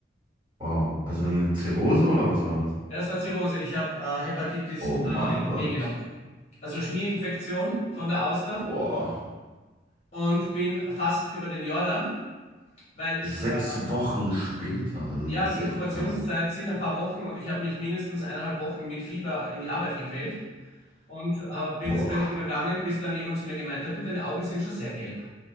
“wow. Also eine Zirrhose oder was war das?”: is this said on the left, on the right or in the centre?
Right